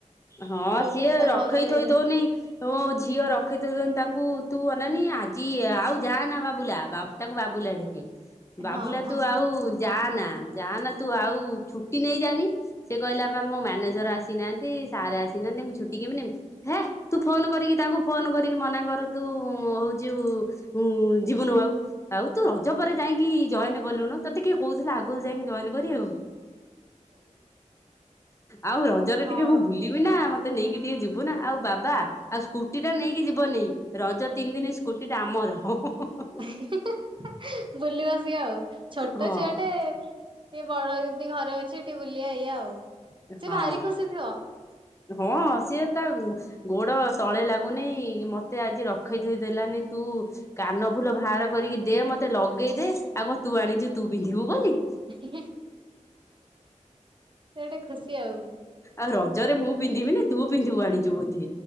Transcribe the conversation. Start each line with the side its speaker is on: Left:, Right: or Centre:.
Left: ହଁ
Right: କହୁଥିଲେ
Left: ସିଏ
Right: ତ
Left: ରଖେଇ
Right: ଘରକୁ ଯାଇଛନ୍ତି।
Left: ଥୋଇ ଦଉନି ହଁ ଝିଅ ରଖେଇ ଥୋଇ ଦଉନି ତାକୁ ତୁ ଅନାନି ଆଜି ଆଉ ଯାଆ ନା ବାବୁଲା ତାକୁ ବାବୁଲା ଡାକେଇ, ବାବୁଲା
Right: ହଁ ହଁ
Left: ତୁ ଆଉ ଯା ନା ଯା ନା ତୁ ଆଉ ଛୁଟି ନେଇ ଯାନି। ସେ କହିଲା ବା ମୋ ମ୍ୟାନେଜର ଆସିନାହାନ୍ତି। ସାର ଆସିନାହାଁନ୍ତି ମୁଁ ଛୁଟି କେମି ନେବି ହେ ତୁ ଫୋନ କରିକି ତାଙ୍କୁ ଫୋନ କରିକି ମନା କର ତୁ ହଉଛି ଯିବୁନୁ ଆଉ। ଆଉ ତୁ ରଜ ପରେ ଯାଇକି ଜଏନ କଲୁ ନୁ ତତେ କିଏ କହୁଥିଲା ଆଗରୁ ଯାଇକି ଜଏନ ବରି ଆଉ, ଆଉ ରଜରେ
Right: ହଁ।
Left: ଟିକେ ମୁଁ ଯିବି ନା ମୋତେ ନେଇକି ଟିକେ ଯିବୁ ନା ଆଉ ବାବା ଆଉ ସ୍କୁଟି ଟା ନେଇକି ଯିବନି ରଜ ତିନି ଦିନ ସ୍କୁଟି ଟା ଆମର।
Right: ଏ ହେ ହେ ହେ ବୁଲିବ ସିଏ ଆଉ। ଛୋଟ
Left: ହଁ
Right: ଛୁଆ ଟେ ସେ ବଡ ଦିଦି ଘରେ ଅ ଛି ଟିକେ ବୁଲିବା ଏଇଆ ଆଉ। ସେ
Left: ହଁ
Right: ଭାରି ଖୁସି ଥିବ
Left: ହଁ ସିଏ ତା ଗୋଡ ତଳେ ଲାଗୁନି ମତେ ଆଜି ରଖେଇ ଥୋଇ ଦେଲାନି ତୁ କାନ ଫୁଲ ବାହାର କରିକି ଦେ ମତେ ଲଗେଇଦେ ଆଉ କଣ ତୁ ଆଣିଛୁ ତୁ ପିନ୍ଧିବୁ ବୋଲି?
Right: ସେ ଗୋଟେ ଖୁସି ଆଉ।
Left: ଆଉ ରଜରେ ମୁଁ ପିନ୍ଧିବି ନା ତୁ ପିନ୍ଧିବୁ ଆଣିଛୁ ବୋଧେ